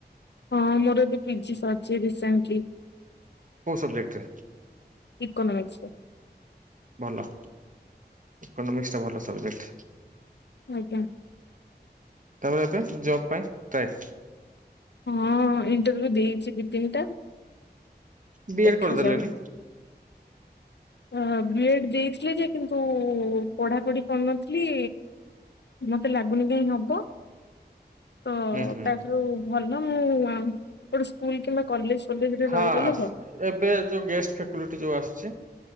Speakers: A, on the left (about 80°); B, on the right (about 50°).
A: ହଁ ମୋର ଏବେ ପିଜି ସରିଚି ରିସେଣ୍ଟଲି।
B: କୋଉ ସବଜେକ୍ଟ ରେ?
A: ଇକୋନମିକ୍ସ ରେ।
B: ଭଲ ଇକୋନୋମିକ୍ସ ଟା ଭଲ ସବଜେକ୍ଟ।
A: ଆଜ୍ଞା।
B: ତା ପରେ ଏବେ ଜବ୍ ପାଇଁ ଟ୍ରାଏ।
A: ହଁ ଇଣ୍ଟରଭିୟୁ ଦେଇଚି ଦି ତିନିଟା
B: ବି ଏଡ୍
A: ଦେଖାଯାଉ।
B: କରିଦେଲେନି
A: ହଁ ହଁ ଗ୍ରେଡ୍ ଦେଇଥିଲି ଯେ କିନ୍ତୁ ପଢ଼ାପଢି କରିନଥିଲି ମତେ ଲାଗୁନି କାଇଁ ହବ ତ
B: ହୁଁ ହୁଁ
A: ତା ଠାରୁ ଭଲ ଆଉ ଗୋଟେ ସ୍କୁଲ କିମ୍ବା କଲେଜ ଫଲେଜରେ
B: ହଁ
A: ରହିଗଲେ ଭଲ।
B: ଏବେ ଯୋଉ ଗେଷ୍ଟ ଫେକୁଲିଟି ଯୋଉ ଆସୁଛି।